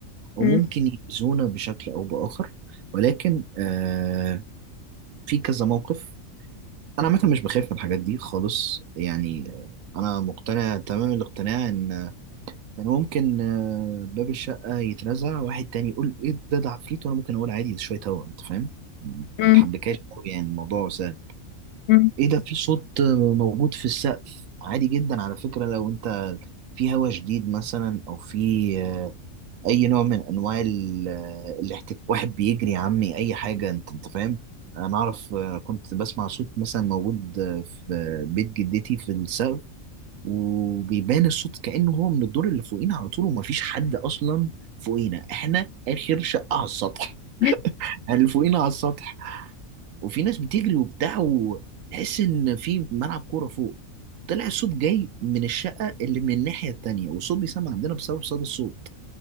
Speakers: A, on the right; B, on the left.
A: أو
B: م-
A: ممكن يأذونا بشكل أو بآخر ولكن آه في كذا موقف أنا عامة مش بخاف من الحاجات دي خالص يعني آه، أنا مقتنع تمام الاقتناع إن إن ممكن آه باب الشقة يترزع واحد تاني يقول إيه ده ده عفريت وأنا ممكن أقول عادي ده شوية هوا أنت فاهم؟
B: م-
A: متحبكاش أوي يعني الموضوع سهل
B: م-
A: إيه ده في صوت آه، موجود في السقف عادي جدا على فكرة لو أنت في هوا شديد مثلا أو في آه، اي نوع من انواع ال- الاحتكاك واحد بيجري يا عمي اي حاجه انت انت فاهم انا اعرف آه، كنت بسمع صوت مثلا موجود آه، في بيت جدتي في السقف وبيبان الصوت كانه هو من الدور اللي فوقينا على طول ومفيش حد اصلا فوقينا احنا اخر شقه على السطح
B: م.
A: <laughs> يعني اللي فوقينا على السطح وفي ناس بتجري وبتاع وتحس ان في ملعب كوره فوق طلع الصوت جاي من الشقه اللي من الناحيه التانيه والصوت بيسمع عندنا بسبب صدى الصوت